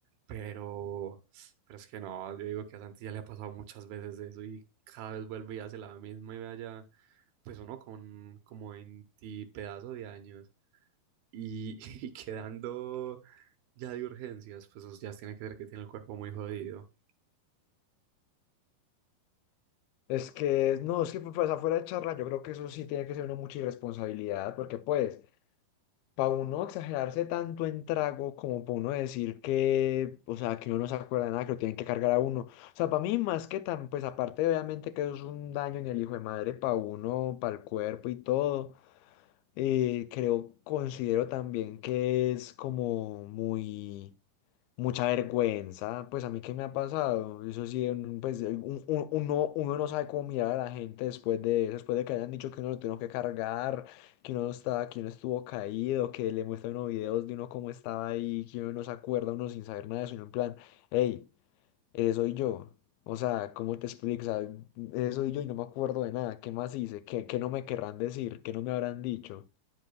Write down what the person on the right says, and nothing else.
Pero, pero es que no, yo digo que a Santi ya le ha pasado muchas veces eso y cada vez vuelve y hace la misma y vaya, pues uno con como 20 pedazos de años y, <laughs> y quedando ya de urgencias, pues eso ya tiene que ver que tiene el cuerpo muy jodido.